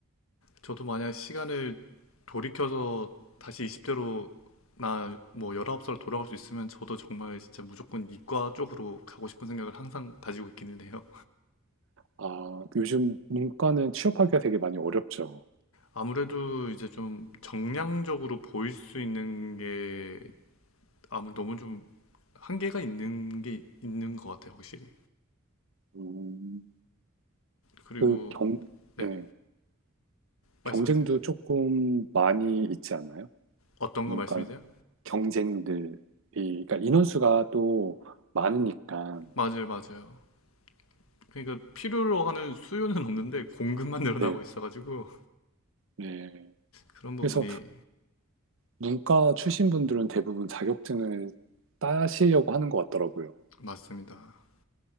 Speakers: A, on the left (about 75°); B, on the right (about 65°).
A: 저도 만약 시간을 돌이켜서 다시 20대로 나 뭐 19살 돌아갈 수 있으면 저도 정말 진짜 무조건 이과 쪽으로 가고 싶은 생각을 항상 가지고 있기는 해요.
B: 아, 요즘 문과는 취업하기가 되게 많이 어렵죠.
A: 아무래도 이제 좀 정량적으로 보일 수 있는 게 아무 너무 좀 한계가 있는 게 있는 것 같아요, 확실히.
B: 음,
A: 그리고
B: 그 경,
A: 네,
B: 네.
A: 말씀하세요.
B: 경쟁도 조금 많이 있지 않나요?
A: 어떤
B: 문과는
A: 거 말씀이세요?
B: 경쟁들이, 그러니까 인원수가 또 많으니까,
A: 맞아요, 맞아요. 그러니까 필요로 하는 수요는 없는데 공급만 늘어나고
B: 예, 네.
A: 있어가지고
B: 네.
A: 그런 부분이
B: 그래서 문과 출신 분들은 대부분 자격증을 따시려고 하는 것 같더라고요.
A: 맞습니다.